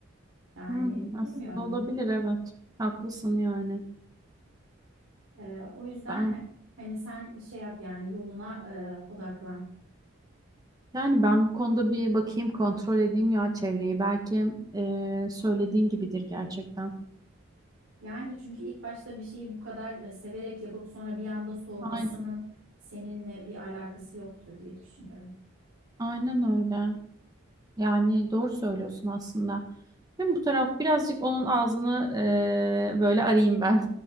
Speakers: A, on the right (about 85°); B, on the right (about 20°).
A: Yani
B: Hmm, aslında
A: bilmiyorum.
B: olabilir evet. Haklısın yani.
A: E, o yüzden
B: Ben
A: he- hani sen şey yap yani yoluna e, odaklan.
B: Yani ben bu konuda bir bakayım, kontrol edeyim ya çevreyi. Belki e, söylediğin gibidir gerçekten.
A: Yani çünkü ilk başta bir şeyi bu kadar e, severek yapıp sonra bir anda soğumasının
B: Aynen,
A: seninle bir alakası yoktur diye düşünüyorum.
B: aynen öyle. Yani doğru söylüyorsun aslında. Hem bu taraf birazcık onun ağzını e, böyle arayayım ben.